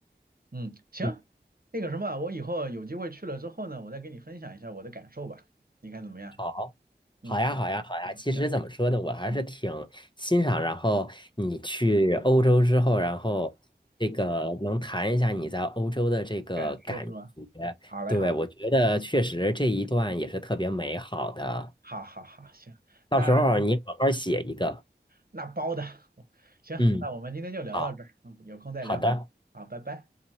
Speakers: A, on the right (about 55°); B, on the left (about 25°).
A: 嗯，行，
B: 嗯
A: 那个什么，我以后有机会去了之后呢，我再跟你分享一下我的感受吧，你看怎么样？
B: 好。
A: 嗯，
B: 好呀，
A: 好，
B: 好呀，好呀。
A: 好，
B: 其实怎么说呢，
A: 行，
B: 我还是挺欣赏。
A: 嗯，
B: 然后你去欧洲之后，然后这个能谈一下你在欧洲的这个感觉。
A: 感受是吧？好嘞，
B: 对，
A: 好嘞，
B: 我觉得确实这一段也是特别美好的。
A: 好好好，行，
B: 到时候你好好写一个。
A: 那那包的，<laughs> 行，
B: 嗯，
A: 那我们今天就聊到这儿，
B: 好，
A: 嗯，有空再聊，
B: 好的，
A: 好，拜拜。